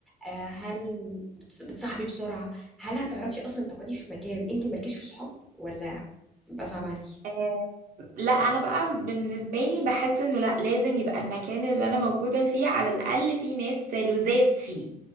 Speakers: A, in the centre; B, on the right (about 55°).
A: آه هل بتص- بتصاحبي بسرعه هل هتعرفي اصلا تقعدي في مكان انت مالكيش في صحاب ولا بيبقى صعب عليكي
B: آه، لا انا بقى بالنسبه لي بحس انه لا لازم يبقى المكان اللي انا موجوده فيه على الاقل فيه ناس لذاذ فيه